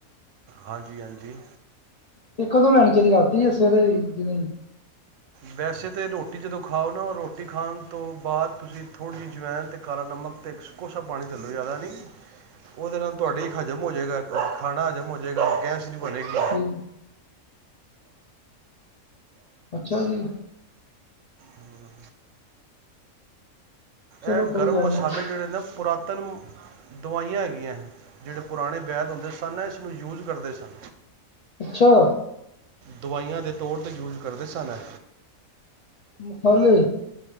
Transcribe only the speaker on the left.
ਤੇ ਕਦੋਂ, ਲੈਣੀ ਚਾਹੀਦੀ, ਰਾਤੀ ਜਾ ਸਵੇਰੇ, ਦਿਨੇ।
<inaudible>
ਅੱਛਾ
ਹੂੰ। ਅੱਛਾ ਜੀ।
ਚਲੋ
ਕੋਈ
ਗੱਲ
ਨਹੀਂ
ਅੱਛਾ।
ਮਸਾਲੇ।